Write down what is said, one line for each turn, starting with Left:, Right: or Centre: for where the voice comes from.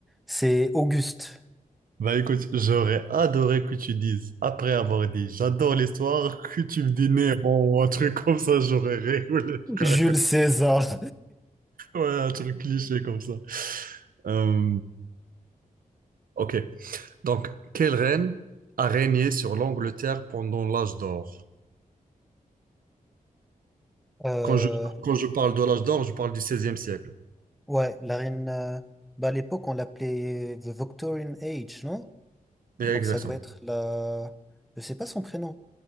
Centre: C'est Auguste.
Right: Bah écoute, j'aurais adoré que tu dises, après avoir dit j'adore l'histoire, <laughs> que tu me dis Néron ou un truc comme ça, j'aurais rigolé, frère.
Centre: Jules César.
Right: <laughs> Ouais, un truc cliché comme ça. Euh, Ok. Donc, quelle reine a régné sur l'Angleterre pendant l'âge d'or?
Centre: Euh,
Right: Quand je, quand je parle de l'âge d'or, je parle du seizième siècle.
Centre: ouais, la reine. euh, bah, à l'époque, on l'appelait The Victorian Age, non?
Right: Mais
Centre: Donc
Right: exactement.
Centre: ça doit être la. Je sais pas son prénom.